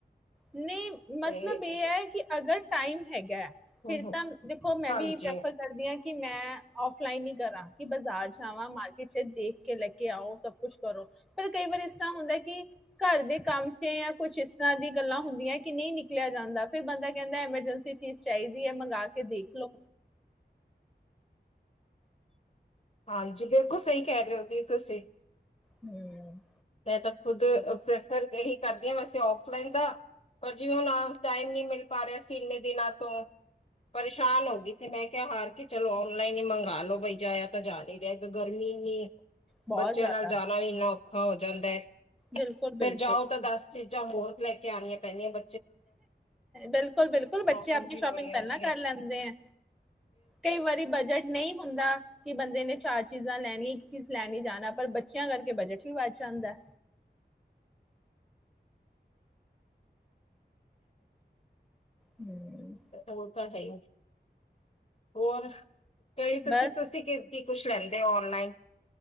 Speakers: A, in the centre; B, on the left.
A: ਨਹੀਂ
B: ਤੇ
A: ਮਤਲਬ ਇਹ ਹੈ ਕਿ ਅਗਰ ਟਾਈਮ ਹੈਗਾ ਹੈ
B: ਹੂੰ-ਹੂੰ
A: ਫਿਰ ਤਾਂ ਦੇਖੋ ਮੈਂ
B: ਹਾਂਜੀ।
A: ਵੀ ਪ੍ਰੈਫਰ ਕਰਦੀ ਹਾਂ ਕਿ ਮੈਂ ਮੈਂਆਫ਼ ਲਾਈਨ ਹੀ ਕਰਾਂ ਕਿ ਬਾਜ਼ਾਰ ਚ ਆਵਾਂ ਮਾਰਕੀਟ ਚ ਦੇਖ ਕੇ ਲੈ ਕੇ ਆਓ ਸਭ ਕੁਛ ਕਰੋ ਪਰ ਕਈ ਵਾਰੀ ਇਸ ਤਰ੍ਹਾਂ ਹੁੰਦਾ ਕਿ ਘਰ ਦੇ ਕੰਮ ਚ ਜਾਂ ਕੁਛ ਇਸ ਤਰ੍ਹਾਂ ਦੀ ਗੱਲਾਂ ਹੁੰਦੀਆਂ ਕਿ ਨਹੀਂ ਨਿਕਲਿਆ ਜਾਂਦਾ ਫਿਰ ਬੰਦਾ ਕਹਿੰਦਾ ਐਮਰਜੈਂਸੀ ਚੀਜ਼ ਚਾਹੀਦੀ ਹੈ ਮੰਗਵਾ ਕੇ ਦੇਖ ਲਓ
B: ਹਾਂਜੀ ਬਿਲਕੁਲ ਸਹੀ ਕਹਿ ਰਹੇ ਹੋ ਵੀ ਤੁਸੀਂ
A: ਹਮ
B: ਮੈਂ ਤਾਂ ਖੁਦ ਪ੍ਰੈਫਰ ਕਰਦੀ ਹਾਂ ਵੈਸੇ ਫਲਾਈਨ ਦਾ ਪਰ ਜੀ ਹੁਣ ਟਾਈਮ ਨ ਮਿਲ ਪਾ ਰਿਹਾ ਸੀ ਇੰਨੇ ਦਿਨਾਂ ਤੋਂ ਪਰੇਸ਼ਾਨ ਹੋ ਗਈ ਸੀ ਮੈਂ ਕਿਹਾ ਹਾਰ ਕੇ ਚਲੋ ਓਨਲਾਈਨ ਹੀ ਮੰਗ ਲੋੋ ਬਈ ਜਾਆ ਤਾਂ ਜਾ ਹੀ ਰਹਿ ਗਰਮੀ ਇੰਨੀ
A: ਬਹੁਤ
B: ਬੱਚਿਆਂ
A: ਜ਼ਿਆਦਾ
B: ਨਾਲ ਜਾਣਾ ਵੀ ਇੰਨਾ ਹ ਜਾਂਦਾ ਹੈ
A: ਬਿਲਕੁਲ
B: ਫੇਰ
A: ਬਿਲਕੁਲ
B: ਜਾਓ ਤਾਂ ਦਸ ਚੀਜ਼ਾਂ ਹੋਰ ਲੈ ਕੇ ਆਉਣੀਆਂ ਪੈਂਦੀਆਂ ਬ
A: ਬਿਲਕੁਲ ਬਿਲਕੁਲ
B: ਪ੍ਰੋਬਲਮ
A: ਬੱਚੇ ਆਪਣੀ
B: ਵੀ
A: ਸ਼ੋਪਿੰਗ
B: ਬੜੀਆਂ
A: ਪਹਿਲਾਂ
B: ਹੁੰਦੀਆਂ
A: ਕਰ ਲੈਂਦੇ ਹੈ ਕਈ ਵਾਰੀ ਬਜਟ ਨਹੀਂ ਹੁੰਦਾ ਕਿ ਬੰਦੇ ਨੇ ਚਾਰਜ ਚੀਜ਼ਾਂ ਲੈਣ ਇੱਕ ਚੀਜ਼ ਲੈਣੀ ਜਾਣਾ ਪਰ ਬੱਚਿਆਂ ਕਰਕੇ ਬਜਟ ਹੀ ਵਧ ਜਾਂ ਆਦਾ ਹਮ
B: ਉਹ ਤਾਂ ਸਹੀ ਹੋਰ ਕ ਪਸੇ
A: ਬਸ
B: ਤੁਸੀ ਕਿ ਕੁਛ ਲੈਂਦੇ ਹੋ ਔਨਲਾਈਨ